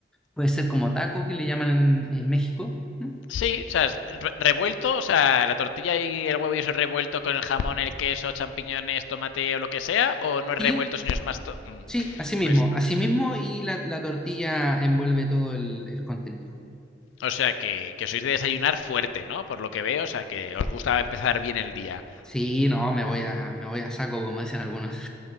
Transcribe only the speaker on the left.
Sí, o sea, es re- revuelto, o sea, la tortilla y el huevo y eso es revuelto con el jamón, el queso, champiñones, tomate o lo que sea, o no es
revuelto, sino es más... to- Mm.
Pues
O sea que, que sois de desayunar fuerte, ¿no? Por lo que veo, o sea que os gusta empezar bien el día.